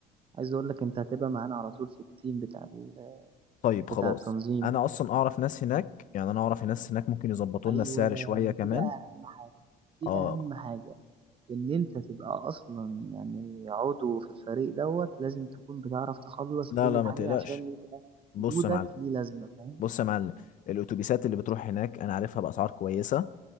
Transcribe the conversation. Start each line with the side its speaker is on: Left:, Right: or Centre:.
Right: عايز اقول لك انت هتبقى معانا على طول في التيم بتاع ال-
Left: طيب
Right: بتاع
Left: خلاص
Right: التنظيم
Left: انا اصلا اعرف ناس هناك يعني انا اعرف ناس هناك ممكن يظبطوا
Right: ايوه
Left: لنا السعر شويه
Right: ما
Left: كمان
Right: دي بقى اهم حاجه دي
Left: اه
Right: اهم حاجه ان انت تبقى اصلا يعني عضو في الفريق دوت لازم تكون بتعرف تخلص
Left: لا
Right: اي
Left: لا ما
Right: حاجه
Left: تقلقش
Right: عشان يبقى
Left: بص
Right: وجودك
Left: يا معلم
Right: ليه لازمه فاهم
Left: بص يا معلم الاتوبيسات اللي بتروح هناك انا عارفها باسعار كويسه